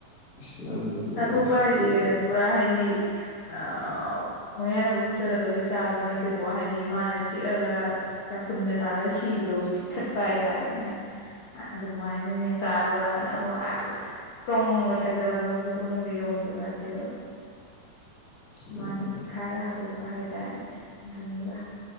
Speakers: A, on the left (about 50°); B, on the left (about 65°).
A: ꯏꯁ ꯅꯪ ꯍꯨꯏꯗꯨꯗꯤ
B: ꯆꯥꯊꯣꯛꯄ
A: ꯌꯥꯝ ꯁꯥꯊꯤꯑꯦ
B: ꯍꯥꯏꯖ‌ꯦ ꯄꯨꯔꯥ ꯍꯥꯏꯗꯤ ꯑꯥꯎ ꯃꯌꯥꯅꯒ ꯍꯨꯞꯆꯜꯂꯒ ꯂꯣꯏ ꯆꯥꯕꯗꯣ ꯅꯠꯇꯦꯀꯣ ꯍꯥꯏꯗꯤ ꯃꯥꯅ ꯆꯤꯛꯑꯒ ꯌꯥꯈꯨꯟꯒ ꯇꯥꯔꯒ ꯁꯤꯕꯗꯣ ꯆꯤꯛꯊꯠꯄ ꯍꯥꯏꯇꯥꯔꯦꯅꯦ ꯑꯗꯨꯃꯥꯏꯅꯅꯦ ꯆꯥꯕꯅ ꯑꯃ ꯀ꯭ꯔꯣꯡ ꯀ꯭ꯔ‌ꯣꯡꯒ ꯁꯥꯏꯗꯠꯂ ꯃꯕꯨꯛ ꯃꯅꯨꯡꯗ ꯌꯧꯕꯗꯨ ꯅꯠꯇꯦꯕ
A: ꯎꯝ
B: ꯃꯥꯅ ꯆꯤꯛꯈꯥꯏꯔ ꯍꯥꯠꯇ‌ꯣꯠꯄ ꯍꯥꯏꯇꯥꯔ‌ꯦꯅꯦ ꯑꯗꯨꯅꯤꯗ